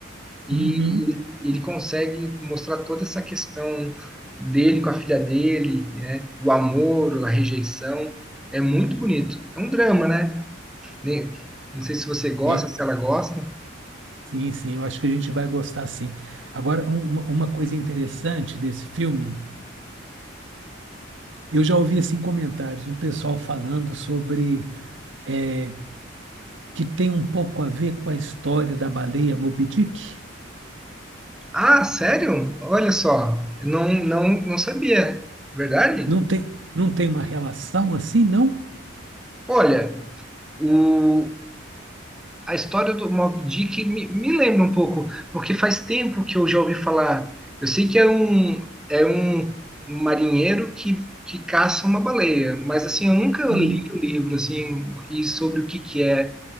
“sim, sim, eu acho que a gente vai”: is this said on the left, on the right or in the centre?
Right